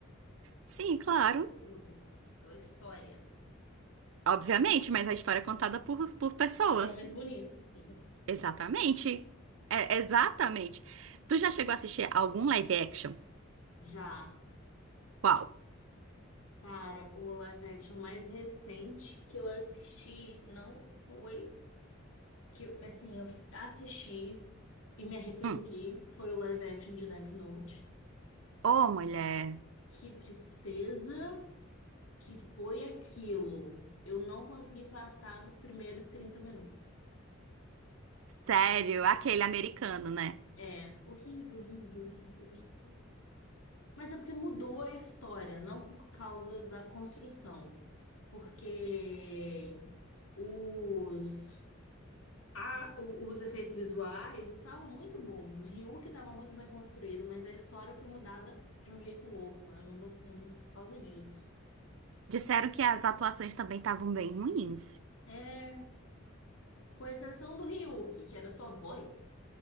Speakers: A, on the right (about 65°); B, on the left (about 85°).
A: Sim, claro.
B: conteúdo, pela história.
A: Obviamente, mas a história é contada por, por pessoas.
B: Por homens bonitos. <laughs>
A: Exatamente. É, exatamente. Tu já chegou a assistir algum live action?
B: Já.
A: Qual?
B: Cara, o live action mais recente que eu assisti não foi que, assim, eu assisti e me arrependi,
A: Hum.
B: que foi o live action de Death Note.
A: Ô, mulher.
B: Que tristeza que foi aquilo. Eu não consegui passar dos primeiros 30 minutos.
A: Sério, aquele americano, né?
B: É, horrível, horrível, horrível, horrível. Mas é porque mudou a história, não por causa da construção. Porque os a- o- os efeitos visuais estavam muito bons. O Ryuk estava muito bem construído, mas a história foi mudada de um jeito louco. Eu não gostei muito por causa disso.
A: Disseram que as atuações também estavam bem ruins.
B: É, com exceção do Ryuk, que era só voz,